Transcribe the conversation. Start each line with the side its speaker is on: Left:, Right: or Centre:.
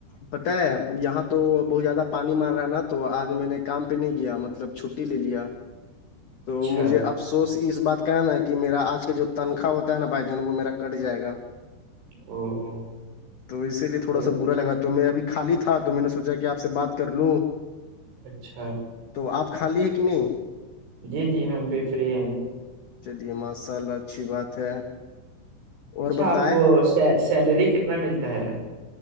Left: پتہ ہے یہاں تو بہت زیادہ پانی مار رہا ہے نا تو آج میں نے کام پہ نہیں کیا مطلب چ لے لیا تو
Right: اچھا
Left: مجھے
Right: او
Left: آ افسوس اس بات کہنا ہے کہ میرا آج کا جو تنخواہ ہوتا ہے نا بھائی جان وہ میرا کٹ جائے گا
Right: او او
Left: تو اسی لیے تھوڑا
Right: تو
Left: سا برا لگا تو میں ابھی خالی تھا تو میں نے سوچا کہ آپ سے بات کر لوں
Right: اچھا
Left: تو آپ خالی ہے کہ نہیں
Right: جی جی ہم بھی فری ہیں
Left: چلیے ماشاء اللہ اچھی بات ہے
Right: اچھا
Left: اور بتائے
Right: آپ کو سیلری کتنا ملتا ہے